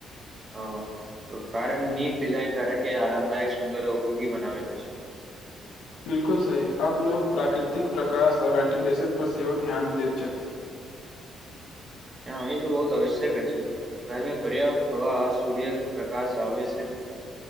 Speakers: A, on the right; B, on the left.
A: ओ कारण नीक िजाइन करैके आराामदायक सुन्दर आ उपयोगी बनाब प। <unintelligible>
B: बिलकुल सही अब लोकोग प्राकृतिक प्रकाश आ वेंटिलेशन पर सेहो ध्यान दैत छथि। <unintelligible>
A: हँ ई त बहुत आवश्यक अछि घरमे पर्याप्त होब सूर्य प्रकाश आै -से